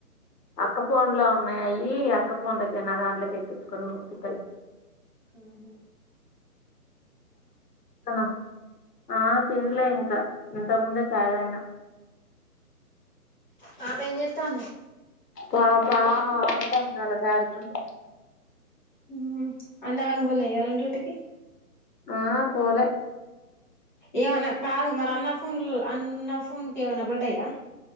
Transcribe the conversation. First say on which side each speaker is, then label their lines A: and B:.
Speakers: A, on the left; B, on the left.
A: అక్క ఫోన్ లో ఉన్నయయి, అక్క ఫోన్లకే నా దాంట్లకి ఎక్కించుకొని పంపిత్తలే
B: ఉహు
A: అ ఆ తినలే ఇంకా, ఇంత ముందే చాయ్ తాగిన.
B: తాత ఏం చెత్తాంది.
A: పాప ఆడుతాంది వాళ్ళ డాడీ తోటి
B: ఉహు, అన్నాగని వోలె ఇయ్యాల డ్యూటీ కి
A: ఆ పోలే
B: ఏమన్నా కాదు మరన్న ఫోన్ లో అన్న ఫోన్ కి ఏమన్న పడ్డాయా?